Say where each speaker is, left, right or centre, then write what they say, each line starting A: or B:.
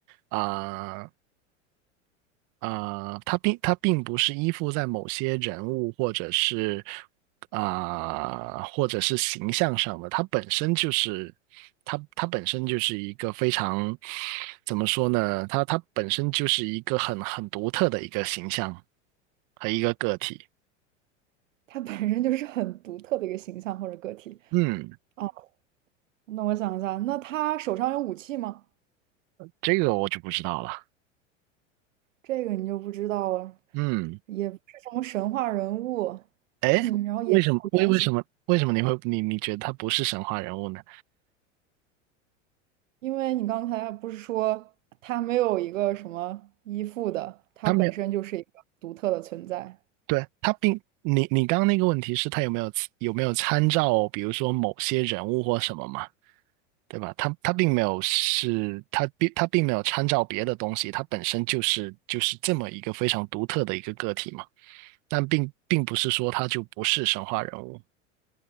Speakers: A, on the right (about 50°); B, on the right (about 75°).
A: 啊、啊、它并它并不是依附在某些人物或者是啊、或者是形象上的，它本身就是它它本身就是一个非常怎么说呢？它它本身就是一个很很独特的一个形象和一个个体。
B: 他本身就是很独特的一个形象或者个体
A: 嗯，
B: 啊。那我想一下，那他手上有武器吗？
A: 这个我就不知道了。
B: 这个你就不知道了，
A: 嗯，
B: 也不是什么神话人物，
A: 哎，
B: <clears throat> 然后也没有原型，
A: 为什么为为什么为什么你会你你觉得他不是神话人物呢？
B: 因为你刚才不是说他没有一个什么依附的，他本身就是一个独特的存在。
A: 他没有。对，他并你你刚刚那个问题是他有没有有没有参照，比如说某些人物或什么嘛，对吧？他他并没有是，他并他并没有参照别的东西，他本身就是就是这么一个非常独特的一个个体嘛。但并并不是说他就不是神话人物，